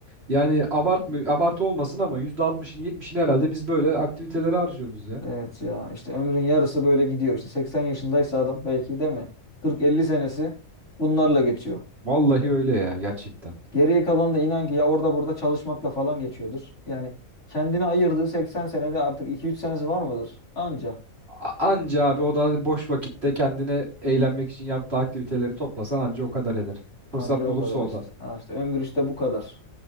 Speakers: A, on the right (about 45°); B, on the left (about 55°).
A: yani abartmı abartı olmasın ama %60'ını 70'ini herhalde biz böyle aktivitelere harcıyoruz ya.
B: Evet ya. İşte ömrün yarısı böyle gidiyor. İşte 80 yaşındaysa adam belki değil mi? 40-50 senesi bunlarla geçiyor.
A: Vallahi öyle ya gerçekten.
B: Geriye kalan da inan ki ya orada burada çalışmakla falan geçiyordur. Yani kendine ayırdığı 80 senede artık 2-3 senesi var mıdır? Anca.
A: A- Anca abi o da boş vakitte kendine eğlenmek için yaptığı aktiviteleri toplasan anca o kadar eder.
B: Anca
A: Fırsat bulursa
B: o kadar
A: o
B: işte.
A: da.
B: Ha işte ömür işte bu kadar.